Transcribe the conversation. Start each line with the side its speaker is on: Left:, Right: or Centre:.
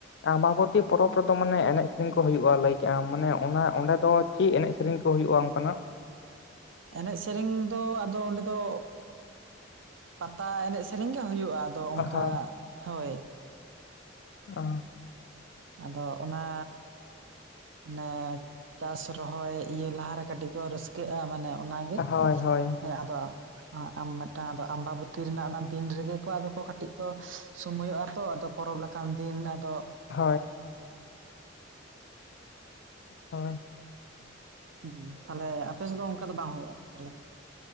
Left: ᱟᱢᱟᱵᱚᱛᱤ ᱯᱚᱨᱚᱵᱽ ᱨᱮᱫᱚ ᱢᱟᱱᱮ ᱮᱱᱮᱡ ᱥᱮᱨᱮᱧ ᱠᱚ ᱦᱩᱭᱩᱜᱼᱟ ᱞᱟᱹᱭ ᱠᱮᱜᱼᱟᱢ ᱢᱟᱱᱮ ᱚᱱᱟ ᱚᱸᱰᱮ ᱫᱚ ᱪᱮᱫ ᱮᱱᱮᱡ ᱥᱮᱨᱮᱧ ᱠᱚ ᱦᱩᱭᱩᱜᱼᱟ ᱚᱱᱠᱟᱱᱟᱜ?
Right: ᱮᱱᱮᱡ ᱥᱮᱨᱮᱧ ᱫᱚ ᱟᱫᱚ ᱚᱸᱰᱮ ᱫᱚ ᱯᱟᱛᱟ ᱮᱱᱮᱡ ᱥᱮᱨᱮᱧ ᱜᱮ ᱦᱩᱭᱩᱜᱼᱟ, ᱟᱫᱚ ᱚᱱᱠᱟ
Left: ᱦᱳᱭ
Right: ᱦᱳᱭ
Left: <unintelligible>
Right: ᱟᱫᱚ ᱚᱱᱟ ᱱᱮ ᱪᱟᱥ ᱨᱚᱦᱚᱭ ᱤᱭᱟᱹ ᱞᱟᱦᱟᱨᱮ ᱠᱟᱹᱴᱤᱡ ᱠᱚ ᱨᱟᱹᱥᱠᱟᱹᱜᱼᱟ, ᱢᱟᱱᱮ ᱚᱱᱟᱜᱮ
Left: ᱦᱳᱭ ᱦᱳᱭ
Right: ᱦᱮᱸ ᱟᱫᱚ ᱟᱸ ᱟᱢ ᱢᱤᱫᱴᱟᱝ ᱟᱫᱚ ᱟᱢᱵᱟᱵᱚᱛᱤ ᱨᱮᱱᱟᱜ ᱚᱱᱟ ᱫᱤᱱ ᱨᱮᱜᱮ ᱠᱚ ᱟᱫᱚ ᱠᱚ ᱠᱟᱹᱴᱤᱡ ᱠᱚ ᱥᱚᱢᱚᱭᱚᱜ-ᱟ ᱛᱚ ᱟᱫᱚ ᱯᱚᱨᱚᱵᱽ ᱞᱮᱠᱟᱱ ᱫᱤᱱ ᱟᱫᱚ
Left: ᱦᱳᱭ ᱦᱳᱭ
Right: ᱦᱩᱸ ᱛᱟᱦᱚᱞᱮ ᱟᱯᱮ ᱥᱮᱫ ᱫᱚ ᱚᱱᱠᱟ ᱫᱚ ᱵᱟᱝ ᱦᱩᱭᱩᱜᱼᱟ ᱛᱟᱦᱚᱞᱮ